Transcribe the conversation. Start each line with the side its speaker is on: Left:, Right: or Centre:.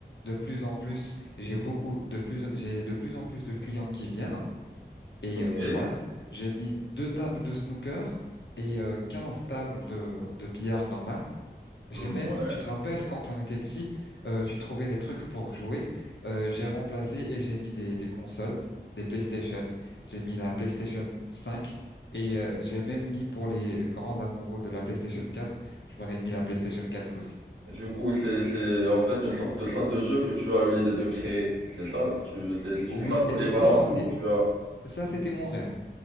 Left: de plus en plus, j'ai beaucoup de plus j'ai de plus en plus de clients qui viennent et
Right: ok.
Left: euh, voilà. J'ai mis deux tables de snooker et euh, 15 tables de de billard normal. J'ai
Right: Hmm,
Left: même,
Right: Ouais.
Left: tu te rappelles quand on était petit, euh, tu trouvais les trucs pour jouer. Euh, j'ai remplacé et j'ai mis des, des consoles, des PlayStation. J'ai mis la PlayStation 5 et euh, j'ai même mis pour les grands amoureux de la PlayStation 4, je m'aurais mis la PlayStation 4 aussi.
Right: Du coup, c'est, c'est en fait une sorte de salle de jeu que tu as eu l'idée de créer. C'est ça, tu, c'est c'est
Left: Oui,
Right: une salle polyvalente
Left: effectivement,
Right: que
Left: c'est
Right: tu as.
Left: ça, c'était mon rêve.